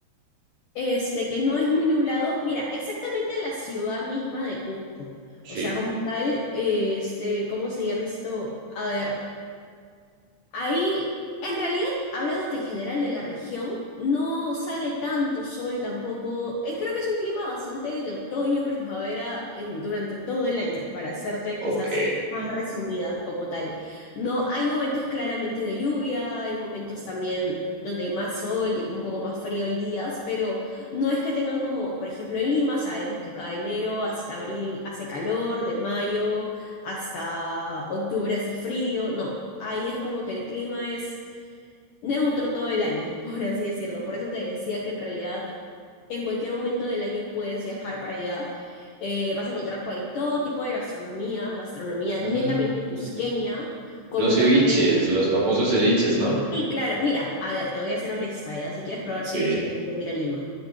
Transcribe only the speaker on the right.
Sí.
Ok.
Mm,
los ceviches,
los famosos ceviches, ¿no?
Sí.